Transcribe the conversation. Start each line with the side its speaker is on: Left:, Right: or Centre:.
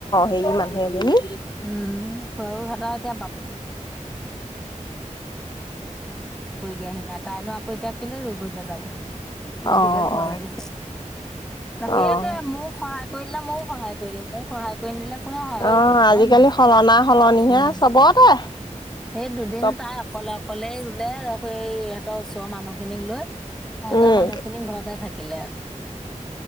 Left: হেৰি মানুহ এজনী।
Centre: উম <unintelligible> <unintelligible> কৰি দিয়াহি নাই, তাইনো আকৌ এতিয়া কিলে ৰই গলৈ যাব। সেই গতিকে
Left: অ'
Centre: ঘৰলৈ
Left: অ'।
Centre: গৈছে আৰু। সেইটয়ে
Left: অ'
Centre: মোক সহায় কৰি দিলে মইও সহায় কৰি দিম। মোক সহায় কৰি নিদিলে কোনে সহায়
Left: অ'
Centre: কৰি দি কিয়নো?
Left: আজিকালি সলনা সলনিহে
Centre: উম
Left: চবতে
Centre: সেই দুদিন
Left: চব
Centre: তাই অকলে অকলে লে-ল সেই ইহঁতৰ ওচৰ মানুহ খিনিক লৈ, সিহঁতৰ
Left: উম,
Centre: মানুহ খিনি ঘৰতে থাকিলে।